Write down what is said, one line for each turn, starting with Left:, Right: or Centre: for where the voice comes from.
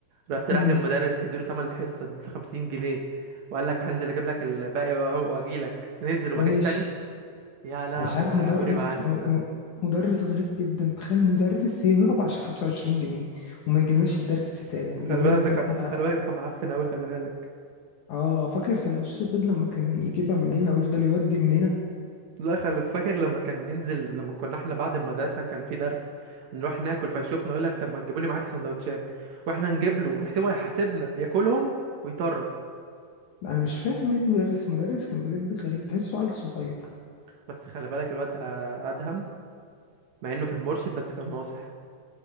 Right: رحت رايح
Left: امم
Right: للمدرس مديله تمن الحصه اديته 50 جنيه وقال لك هنزل اجيب لك الباقي واجي لك نزل وما
Left: وماشي
Right: جاش تاني يا لهوي
Left: مش عارف مدرس
Right: عمري ما هنسى
Left: م م مدرس غريب جدا تخيل مدرس يهرب عشان 25 جنيه وما يجيلناش الدرس تاني ويجيب
Right: خلي
Left: لنا
Right: بالك
Left: ساعتها
Right: ده كان خلي بالك ده كان معفن قوي خلي بالك
Left: اه فاكر سندوتشات البيض لما كان يجيبها من هنا ويفضل يودي من هنا
Right: لا خلي فاكر لما كان ننزل لما كنا احنا بعد المدرسة كان في درس نروح ناكل فيشوفنا يقول لك طب ما تجيبوا لي معاك سندوتشات واحنا نجيب له ونحسبه هيحاسبنا ياكلهم ويطرق
Left: انا مش فاهم ايه المدرس مدرس كان بجد غريب تحسه عيل صغير
Right: بس خلي بالك الواد آه، ادهم مع انه كان مرشد بس كان ناصح